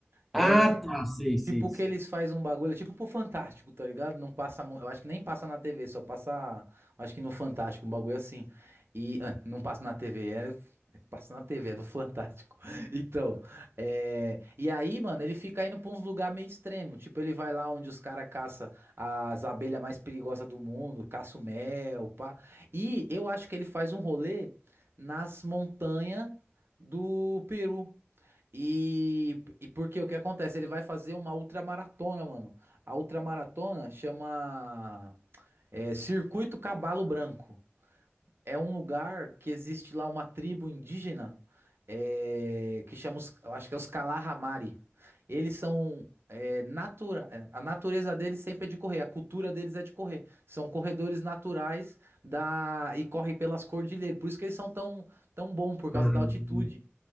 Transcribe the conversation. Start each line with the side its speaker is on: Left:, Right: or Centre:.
Right: É,
Centre: Ah, tá, sei, sei,
Right: Tipo
Centre: sei.
Right: que eles fazem um bagulho, tipo pro Fantástico, tá ligado? Não passa, mu- eu acho que nem passa na TV, só passa, eu acho que no Fantástico, um bagulho assim. E ah, não passa na TV, é, é- passa na TV, é do Fantástico. <laughs> Então, é, e aí, mano, ele fica indo pra uns lugares meio extremo, tipo ele vai lá onde os caras caça as abelhas mais perigosas do mundo, caça o mel, pá. E eu acho que ele faz um rolê nas montanhas do Peru. E, e porque o que acontece? Ele vai fazer uma ultramaratona, mano. A ultramaratona chama é, Circuito Cabalo Branco é um lugar que existe lá uma tribo indígena é, que chama, os, eu acho que é os Kalahamari. Eles são é, natura, a natureza deles sempre é de correr, a cultura deles é de correr. São corredores naturais da e correm pelas cordilheiras. Por isso que eles são tão tão bom por causa
Centre: Uhum.
Right: da altitude.